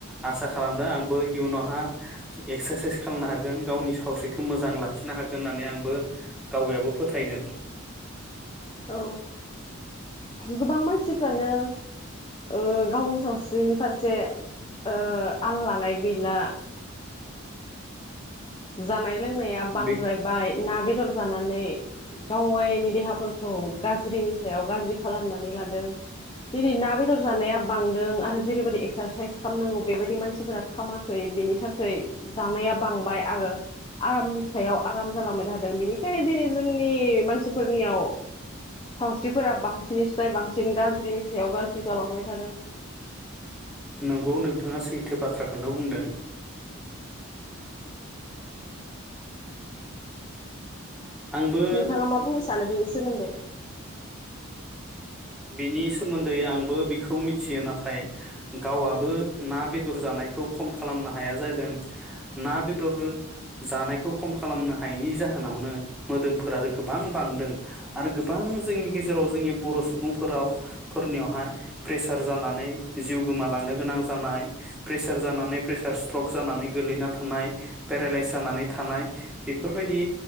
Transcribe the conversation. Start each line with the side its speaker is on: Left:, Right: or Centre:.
Centre: आसा खालामदों आंबो इयुनावहा एक्सारसाइस खालामनो हागोन गावनि सावस्रिखौ मोजां लाखिनो हागोन होननानै आंबो गावयाबो फोथायदों।
Left: औ गोबां मानसिफ्रानो ओ गावनि सावस्रिनि फारसे ओ आल लानाय गैला। जानाय लोंनाया बांद्रायबाय।
Centre: बे
Left: ना बेदर जानानै गाव गायनि देहाफोरखौ गाज्रिनि सायाव गाज्रि खालामनानै लादों। दिनै ना बेदर जानाया बांदों आथ जेरैबायदि एक्सारसाइस खालामनांगौ बेबायदि मानसिफोरा खामाखै बेनि था खै जानाया बां आरो आरामनि सायाव आराम जालांबाय थादों बेनिखायनो दिनै जोंनि मानसिफोरनियाव सावस्रिफोरा बांसिनस्राय बांसिन गाज्रिनि सायाव गाज्रि जालांबाय थादों।
Centre: नंगौ नोंथाङा सैथो बाथ्रा खौनो बुंदों। आंबो
Left: नोंथाङा मा बुंनो सा सानो बिनि सोमोन्दै।
Centre: बिनि सोमोन्दै आंबो बेखौ मिथियो नाथाय गावआबो ना बेदर जानायखौ खम खालामनो हाया जादों। ना बेदर जानायखौ खम खालामनो हायैनि जाहोनावनो मोदोमफोरा गोबां बांदों आरो गोबां जोंनि गेजेराव जोंनि बर' सुबुं फोराव फोरनियावहाय प्रेसार जानानै जिउ गोमालांनो गोनां जानाय प्रेसार जानानै प्रेसार स्ट्रक जानानै गोग्लैना थानाय पेरालाइस जानानै थानाय बेफोरबायदि